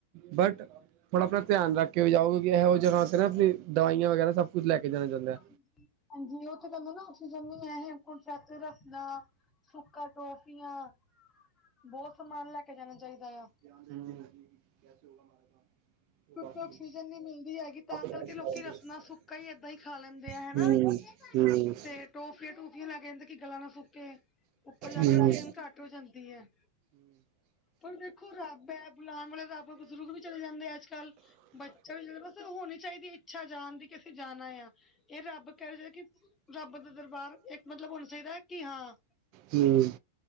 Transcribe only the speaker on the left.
ਹਾਂਜੀ, ਉਥੇ ਤੁਹਾਨੂੰ ਨਾ ਆਕਸੀਜਨ ਨਹੀਂ ਹੈ, ਹੇਮਕੁੰਡ ਸਾਹਿਬ ਰਸਤੇ ਨਾ। ਸੁੱਕਾ, ਟੋਫੀਆਂ ਬਹੁਤ ਸਮਾਨ ਲੈ ਕੇ ਜਾਣਾ ਚਾਹੀਦਾ ਆ।
ਕਿਉਂਕਿ ਆਕਸੀਜਨ
ਨਹੀਂ ਮਿਲਦੀ ਹੈਗੀ
ਤਾਂ ਕਰਕੇ ਲੋਕੀ ਰਸਨਾ
ਸੁੱਕਾ ਹੀ ਏਦਾਂ ਹੀ
ਖਾ ਲੈਂਦੇ ਆ ਹਨਾ
ਤੇ ਟੋਫੀਆਂ, ਟੁਫੀਆਂ ਲੈ ਕੇ ਕਹਿੰਦੇ ਕਿ ਗਲਾ ਨਾ ਸੁਕੇੇ, ਉੱਪਰ ਜਾ
ਕੇ ਆਕਸੀਜਨ ਘੱਟ ਹੋ ਜਾਂਦੀ ਹੈ। ਪਰ ਦੇਖੋ, ਰੱਬ ਹੈ ਬੁਲਾਉਣ ਵਾਲੇ ਰੱਬ ਬਜ਼ੁਰਗ ਵੀ ਚਲੇ ਜਾਂਦੇ ਅੱਜ ਕੱਲ੍ਹ, ਬੱਚਾ ਵੀ ਬਸ, ਹੋਣੀ ਚਾਹੀਦੀ ਹੈ ਇੱਛਾ ਜਾਣ ਦੀ ਕਿ ਅਸੀਂ ਜਾਣਾ ਆ। ਇਹ, ਰੱਬ ਕਹਿ ਰਹੇ ਕਿ ਰੱਬ ਦਾ ਦਰਬਾਰ ਇੱਕ ਮਤਲਬ ਹੋਣਾ ਚਾਹੀਦਾ ਹੈ, ਕਿ ਹਾਂ।